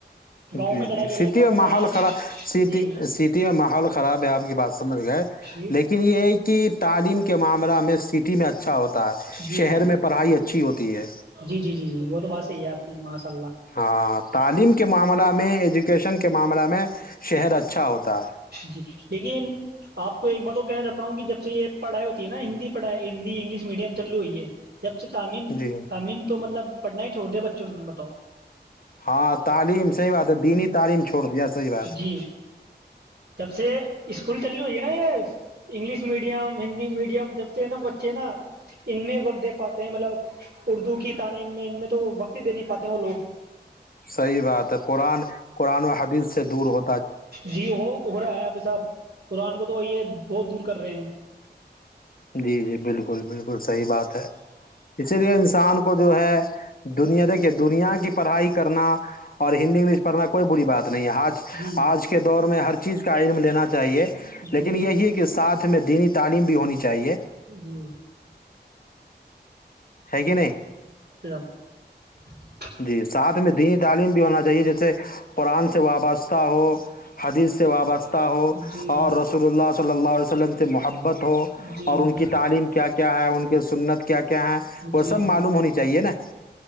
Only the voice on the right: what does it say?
گاؤں
میں لڑائی
جھگڑے کم
ہوتے
ہیں
جی
جی
جی
جی جی جی جی وہ تو بات صحیح ہے آپ کی ماں صاح
جی لیکن آپ کو ایک بات وہ کہنا چاہتا ہوں کہ جب سے یہ پڑھائی ہوتی ہے نا ہندی پڑھائی ہندی انگلش میڈیم چللو ہوئی ہے جب سے تعمیم
تعلیم تو مطلب پڑھنا ہی چھوڑ دیا بچوں نے بتاؤ
جی جب سے اسکول چلنی ہو ہے نا یہ انگلش میڈیم ہندی میڈیم جب سے نا بچے نا ان میں وقت دے پاتے ہیں مطلب اردو کی تعلیم میں ان میں تو وقت ہی دے نہیں پاتے ہیں وہ لوگ
جی وہ ہو رہا ہے آپ صاحب قرآن کو تو وہی ہے بہت دور کر رہے ہیں
جی
جی
جی
<inaudible>
جی
جی
جی